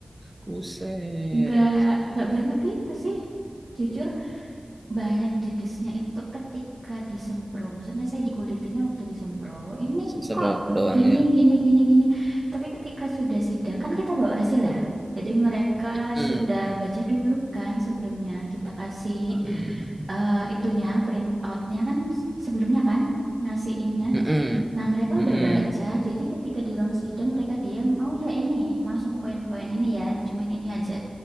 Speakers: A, on the right (about 20°); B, on the right (about 60°).
A: Buset.
B: Nggak, nggak banyak itu sih. Jujur banyak dedesnya itu ketika disempro. Maksudnya saya dikulitinnya waktu disempro. Ini
A: Seru
B: kok
A: doang
B: gini,
A: ya.
B: gini, gini, gini. Tapi ketika sudah sidang, kan kita bawa hasil ya. Jadi mereka
A: Hmm.
B: sudah baca dulu kan sebelumnya. Kita kasih
A: Hmm.
B: eh, itunya, print outnya kan sebelumnya kan ngasih innya.
A: Mm-mm.
B: Nah, mereka
A: Mm-mm.
B: udah baca, jadi ketika di ruang sidang mereka diam, oh ya ini, langsung poin-poin ini ya, cuman ini aja,